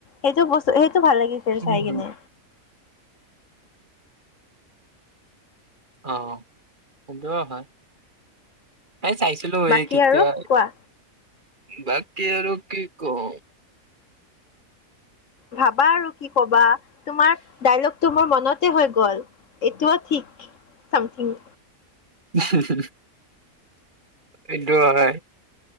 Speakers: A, on the left; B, on the right.
A: সেইটো বস্তু সেইটো ভাল লাগিছিল
B: উম
A: চাই কিনে।
B: অ সেইটো হয়, এই চাইছো লো
A: বাকী
B: এই তেতিয়া
A: আৰু কোৱা
B: বাকি আৰু কি কম?
A: ভাবা আৰু কি কবা তোমাৰ ডাইলগটো মোৰ মনতে হৈ গ'ল, এইটোও ঠিক চামথিং
B: <unintelligible> এইটো হয়।